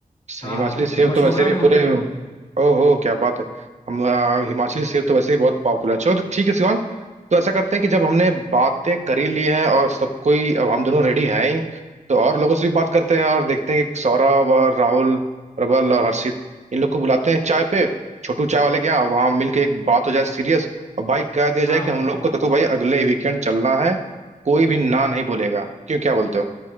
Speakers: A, on the right (about 50°); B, on the left (about 35°).
A: स-
B: हाँ
A: हिमाचली
B: हाँ भैया
A: सेब
B: मशोबरा
A: तो वैसे भी
B: में होती
A: पूरे
B: है भैया
A: ओहो क्या बात है हम आ, हिमाचली सेब तो वैसे भी बहुत पॉपुलर है। चलो तो ठीक है शिवांग तो ऐसा करते हैं कि जब हमने बातें कर ही ली हैं और सब कोई अब हम दोनों रेडी हैं ही, तो और लोगों से भी बात करते हैं और देखते हैं कि सौरभ और राहुल प्रबल और हर्षित इन लोग को बुलाते हैं चाय पे छोटू चाय वाले के यहाँ वहाँ मिलके एक बात हो जाए सीरियस और भाई कह दिया
B: हाँ
A: जाए कि
B: हाँ
A: हम लोग
B: भैया
A: को देखो भाई अगले वीकेंड चलना है कोई भी ना नहीं बोलेगा क्यों क्या बोलते हो